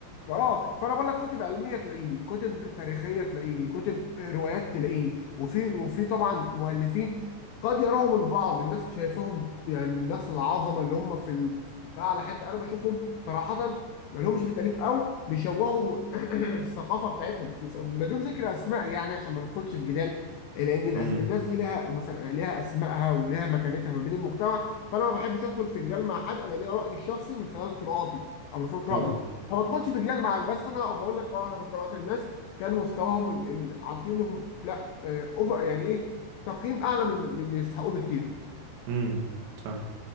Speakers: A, on the left; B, on the right.
A: اه فانا بقول لك كتب علميه تلاقيني كتب تاريخيه تلاقيني كتب روايات تلاقيني وفي وفي طبعا مؤلفين قد يراهم البعض الناس شايفهم يعني الناس العظمه اللي هم في ال- في اعلى حته انا بشوفهم صراحه ما لهمش في التاليف او بيشوهوا <clears throat> الثقافه بتاعتهم بيس- بدون ذكر اسماء يعني عشان ما ندخلش في جدال لان
B: امم
A: الأس- الناس دي لها مس- لها اسمائها ولها مكانتها ما بين المجتمع فانا ما بحبش ادخل في جدال مع حد انا ليا رايي الشخصي من خلال قراءاتي او من خلال قراءتي
B: طبعا
A: ما بدخلش في جدال معاك بس انا بقول لك اه انا في قراءات الناس كان مستواهم ال- ال- عاطينهم لا آه، اوفر يعني ايه تقييم اعلى من من من يستحقوه بكتير
B: امم صح